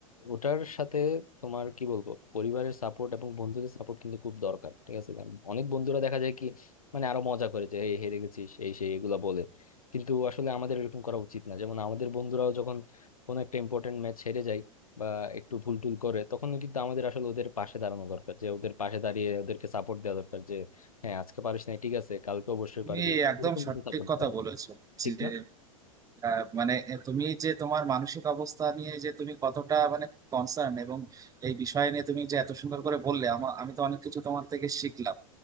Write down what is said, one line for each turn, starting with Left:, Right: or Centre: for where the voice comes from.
Left: ওটার সাথে তোমার কি বলবো পরিবারের সাপোর্ট এবং বন্ধুদের সাপোর্ট কিন্তু খুব দরকার ঠিক আছে কারণ অনেক বন্ধুরা দেখা যায় কি মানে আরো মজা করে যে এই হেরে গেছিস এই সেই এগুলা বলে কিন্তু আসলে আমাদের এরকম করা উচিত না যেমন আমাদের বন্ধুরাও যখন কোনো একটা ইম্পর্টেন্ট ম্যাচ হেরে যায় বা একটু ভুল টুল করে তখন কিন্তু আমাদের আসলে ওদের পাশে দাঁড়ানো দরকার যে ওদের পাশে দাঁড়িয়ে ওদেরকে সাপোর্ট দেওয়া দরকার যে হ্যাঁ আজকে পারিস না ঠিক আছে কালকে অবশ্যই
Right: তুমি
Left: পারবি তো
Right: একদম
Left: এরকম
Right: সঠিক
Left: কিন্তু সাপোর্ট
Right: কথা
Left: দেওয়া
Right: বলেছো
Left: ঠিক
Right: যে
Left: না
Right: আহ, মানে তুমি যে তোমার মানসিক অবস্থা নিয়ে যে তুমি কতটা মানে কনসার্ন এবং এই বিষয় নিয়ে তুমি যে এত সুন্দর করে বললে আমার আমি তো অনেক কিছু তোমার থেকে শিখলাম